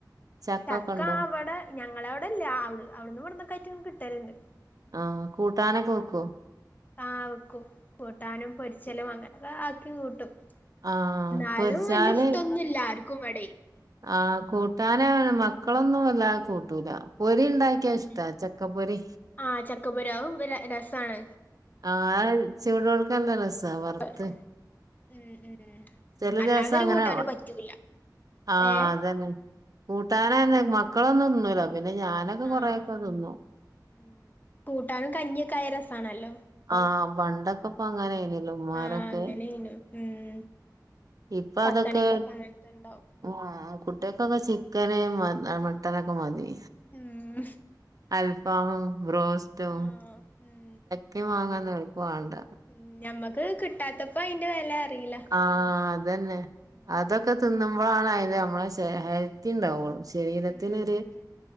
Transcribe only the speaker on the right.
ചക്കൊക്കെ
ഉണ്ടോ
ആഹ് കൂട്ടാനൊക്കെ വെക്കുവോ
ആഹ
പൊരിച്ചാല്
ആഹ കൂട്ടാനണ- മക്കളൊന്നും വ ല്ലാതെ കൂട്ടൂല. പൊരി ഉണ്ടാക്കിയാ
ഇഷ്ടാ
ചക്ക പൊരി.
ആ <unintelligible> <inaudible> വർത്ത്
ചെലെ
ദിവസം അങ്ങനെ
ആഹ്
അതന്നെ കൂട്ടാന ന്നെ മ ക്കളൊന്നും ന്ന്ല്ല പിന്നെ ഞാനൊക്കെ കൊറെക്കെ
തിന്നു.
ആഹ് പണ്ടൊക്കെ ഇപ്പ
അങ്ങനെയിന്യല്ലോ ഉമ്മാരൊക്കെ
ഇപ്പ
അതൊക്കെ
ആഹ് കുട്ടിയക്കൊക്കെ ചിക്കന് അ മട്ടനൊക്കെ മതി
അല്പ്പം ബ്രോസ്റ്റും
ക്കെ വാങ്ങാൻ എളപ്പ വണ്ട
ആ ഹ് അതന്നെ
അതൊക്കെ തിന്നു ന്നുമ്പളാണ് അതിന്റെ നമ്മളെ ശ ഹെൽത്തി ഇണ്ടാവള്ളൂ ശരീരത്തിനൊരു